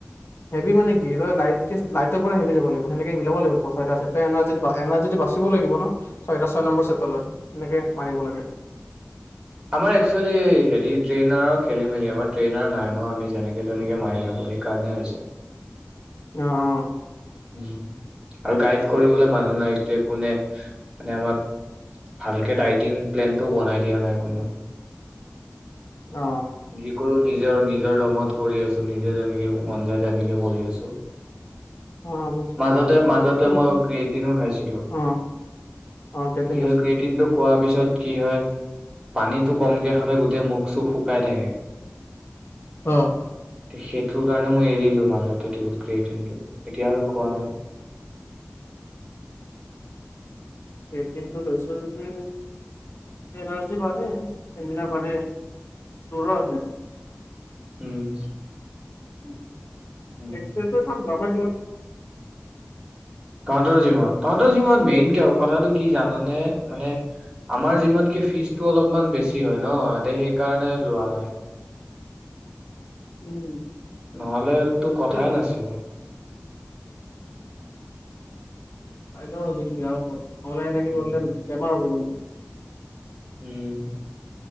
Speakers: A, on the left; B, on the right.
A: হেভি মানে কি তই লাইট-লাইটৰ পৰা হেভি যাব লাগিব সনেকে মিলাব লাগিব ছটা ছেট এাৰ্জ এনাৰ্জিটো বাচিব লাগিব ন। ছয়টা ছয় নম্বৰ চটলৈ। এনেকে মাৰিব লাগে।
B: আমাৰ এক্সুৱেলি হেৰি ট্ৰেইনাৰ খেলি মেলি আমাৰ ট্ৰেনাই নাই ন আমি যেনে তেনে মাৰি থাকো, সেই কাৰণে হৈছে।
A: আহ-আহ,
B: উ, আৰু গাইড কৰিবলে মানুহ নাই যে কোনে মানে আমাক ভালকে ডাইটিং প্লেনটোও বনাই দিয়া নাই। কোনো।
A: অ
B: যি কৰো নি নিজৰ-নিজৰ দমত কৰি আছো নিজে তেনেকে মন যায় তেনেকে কৰি আছো।
A: অ বুজিছো
B: মাজতে-মাজতে
A: বুজিছো। সেইটো হয়।
B: মই ক্ৰীয়েটিনো খাইছিলো কি
A: অ অ কেইদিন লৈছো
B: ক্ৰীয়েটিনটো খোৱাৰ পিছত কি হয়? পানী কমকে খালে গোটে মুখ চুু শুকাই থাকে।
A: অ,
B: তে সেইটোৰ কাৰণে মই এৰিলো মাজতে ই ক্ৰীয়েতিন টো এতিয়া আৰু খোৱা নাই।
A: এইটিনটো লৈছো। উম, এন আৰ চি বাৰে এমনা <unintelligible> ব়ে দৰো আছে
B: উম,
A: উম <inaudible>
B: উম।
A: এছেটো চব গাব <inaudible>
B: তহঁতৰ জিমট তহঁতৰ জিমট মেইন কে কি জানানে মানে আমাৰ জিমটকে ফিজটো অলপমান বেছি হয় ন সেই কাৰণে লোৱা নাই।
A: উম,
B: নহ'লে তো কথাই
A: এইটো
B: নাছিলে।
A: আহল জ দে প অলাইন
B: উম,
A: গলে বেমাৰ হ'ব। <inaudible>
B: উম,